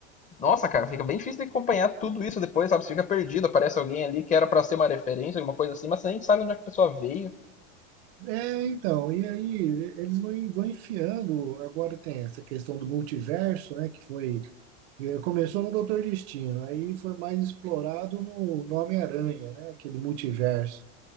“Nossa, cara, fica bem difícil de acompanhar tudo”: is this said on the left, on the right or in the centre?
Left